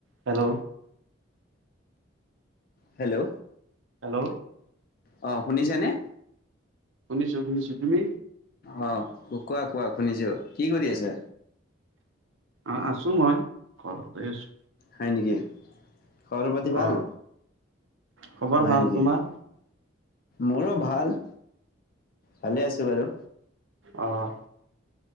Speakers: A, on the right (about 80°); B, on the left (about 45°).
A: Hello.
B: Hello.
A: Hello.
B: অ শুনিছানে?
A: শুনিছো শুনিছো তুমি।
B: অ কোৱা কোৱা শুনিছো কি কৰি আছে
A: আৰু আছো মই ঘৰতে আছো।
B: হয় নেকি খবৰ পাতি ভাল
A: অ খবৰ
B: হয়
A: ভাল
B: নেকি।
A: তোমাৰ
B: মোৰো ভাল ভালে আছো বাৰু।
A: অহ।